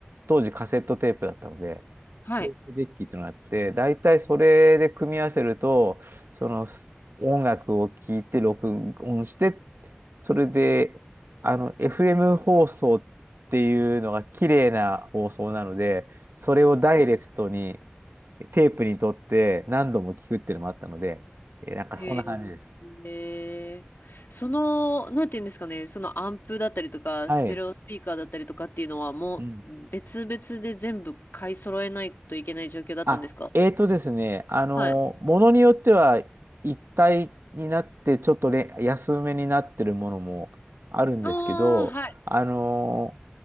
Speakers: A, on the right; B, on the left.
A: 当時カセットテープだったので、
B: はい。
A: テープデッキっていうのがあって、大体それで組み合わせると、そのす音楽を聴いて録音して、それで、あの、FM 放送っていうのが綺麗な放送なので、それをダイレクトにテープにとって何度も聞くっていうのもあったので、えーなんかそんな感じです。
B: へえ。その、なんていうんですかね、そのアンプだったりとか、
A: はい。
B: ステレオスピーカーだったりとかっていうのはもう別々で全部買い揃えないといけない状況だったんですか
A: うんあ、えーとですね、あの、
B: はい。あ
A: ものによっては一体になってちょっとれ安めになってるものもあるんですけど、
B: あ、はい。
A: あの、